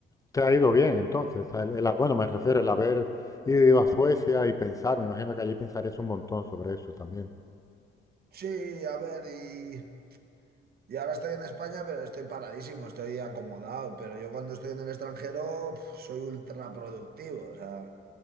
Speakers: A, on the left (about 15°); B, on the right (about 50°).
A: Te ha ido bien, entonces. al- el bueno, me refiero al haber ido a Suecia y pensar, me imagino que allí pensarías un montón sobre eso también.
B: Sí, a ver, y, y ahora estoy en España, pero estoy paradísimo, estoy acomodado. Pero yo cuando estoy en el extranjero, pf, soy ultra productivo. O sea,